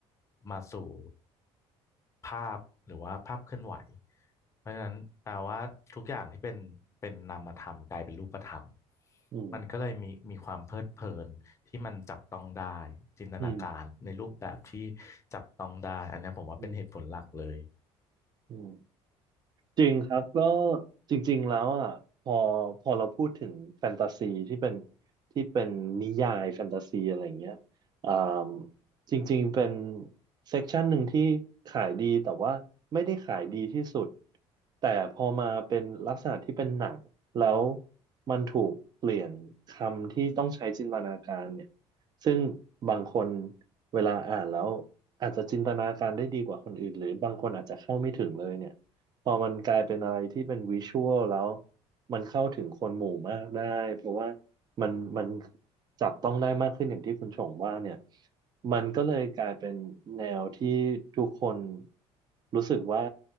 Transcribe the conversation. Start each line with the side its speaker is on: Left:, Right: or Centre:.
Left: มาสู่ ภาพหรือว่าภาพเคลื่อนไหวเพราะฉะนั้นแปลว่าทุกอย่างที่เป็นเป็นนามธรรมกลายเป็นรูปธรรม
Right: อืม
Left: มันก็เลยมีมีความเพลิดเพลินที่มันจับต้องได้จินตนาการในรูปแบบที่จับต้องได้อันเนี้ยผมว่าเป็นเหตุผลหลักเลย
Right: อืมอืมอืม จริงครับก็จริงๆแล้วอ่ะพอพอเราพูดถึงแฟนตาซีที่เป็นที่เป็นนิยายแฟนตาซีอะไรเงี้ยอ่ามจริงๆเป็นเซกชันหนึ่งที่ขายดีแต่ว่าไม่ได้ขายดีที่สุดแต่พอมาเป็นลักษณะที่เป็นหนังแล้วมันถูกเปลี่ยนคำที่ต้องใช้จินตนาการเนี่ยซึ่งบางคนเวลาอ่านแล้วอาจจะจินตนาการได้ดีกว่าคนอื่นหรือบางคนอาจจะเข้าไม่ถึงเลยเนี่ย พอมันกลายเป็นอะไรที่เป็นวิชวลแล้วมันเข้าถึงคนหมู่มากได้เพราะว่ามันมันจับต้องได้มากขึ้นอย่างที่คุณชงว่าเนี่ยมันก็เลยกลายเป็นแนวที่ทุกคนรู้สึกว่า